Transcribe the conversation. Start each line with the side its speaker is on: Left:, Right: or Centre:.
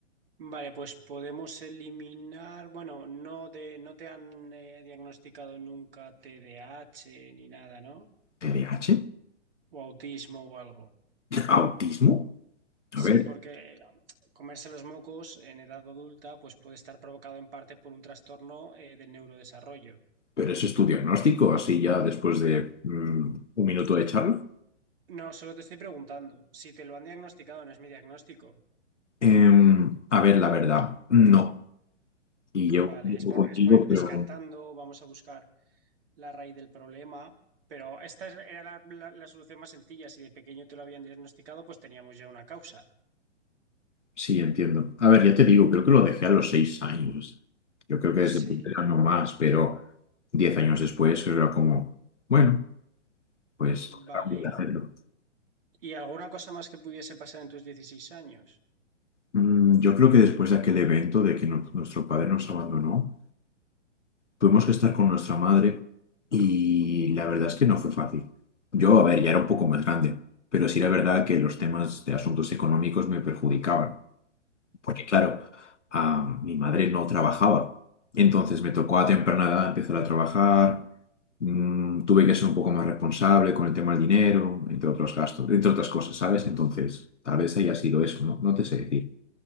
Right: Vale, pues podemos eliminar, bueno, no de, no te han eh, diagnosticado nunca TDAH ni nada, ¿no?
Left: T D A H
Right: O autismo o algo.
Left: ¿Autismo? A ver,
Right: Sí, porque eh, comerse los mocos en edad adulta, pues puede estar provocado en parte por un trastorno eh, del neurodesarrollo.
Left: pero ese es tu diagnóstico, así ya después de mm, un minuto de charla.
Right: No, solo te estoy preguntando. Si te lo han diagnosticado, no es mi diagnóstico.
Left: Em, a ver, la verdad, no. Y llevo
Right: Vale,
Left: un tiempo
Right: es por,
Left: contigo,
Right: es por ir descartando.
Left: pero
Right: Vamos a buscar. la raíz del problema. Pero esta es- era la, la- la solución más sencilla. Si de pequeño te lo habían diagnosticado, pues teníamos ya una causa.
Left: Sí, entiendo. A ver, ya te digo, creo que lo dejé a los seis años. Yo creo que desde
Right: Sí,
Left: entonces ya no más, pero diez años después era como, bueno, pues
Right: vale.
Left: voy a hacerlo.
Right: ¿Y alguna cosa más que pudiese pasar en tus dieciséis años?
Left: Mm, yo creo que después de aquel evento de que no- nuestro padre nos abandonó, tuvimos que estar con nuestra madre y la verdad es que no fue fácil. Yo, a ver, ya era un poco más grande, pero sí era verdad que los temas de asuntos económicos me perjudicaban. porque claro, ah, mi madre no trabajaba. Entonces me tocó a temprana edad empezar a trabajar, mm, tuve que ser un poco más responsable con el tema del dinero, entre otros gastos, entre otras cosas, ¿sabes? Entonces, tal vez haya sido eso, no, no te sé decir.